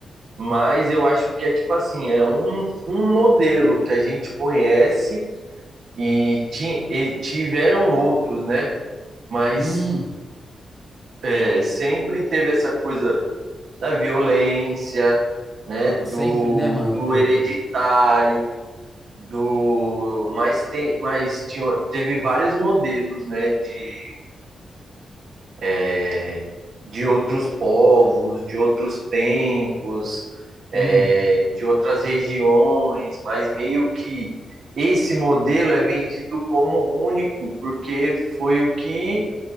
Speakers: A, on the right (about 55°); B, in the centre.
A: Mas eu acho que é tipo assim, é um, um modelo que a gente conhece e, ti, e tiveram outros, né? Mas
B: Hum,
A: é, sempre teve essa coisa da violência, né? Do,
B: sempre, né, mano?
A: do
B: Teve.
A: hereditário, do mas tem mas tinha, teve vários modelos né de é, de outros povos de outros tempos é,
B: Hum.
A: de outras regiões mas meio que esse modelo é vendido como único porque foi o que